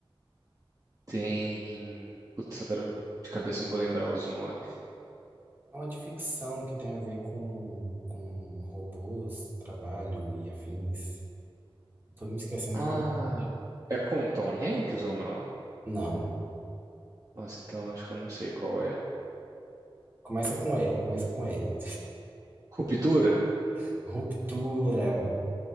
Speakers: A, on the right (about 40°); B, on the right (about 20°).
A: tem, putz, eu quero, de cabeça não vou lembrar os nomes.
B: É uma de ficção que tem a ver com, com robôs, trabalho e afins. Eu tô me esquecendo
A: Ah,
B: completamente.
A: é com Tom Hanks ou não?
B: Não,
A: Nossa, então acho que eu não sei qual é.
B: começa com R, começa com R.
A: Ruptura? <laughs>
B: <laughs> Ruptura.